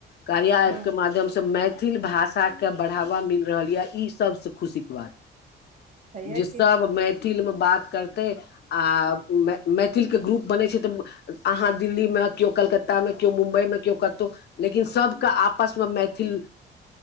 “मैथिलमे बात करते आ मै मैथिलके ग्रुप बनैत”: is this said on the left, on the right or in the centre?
Left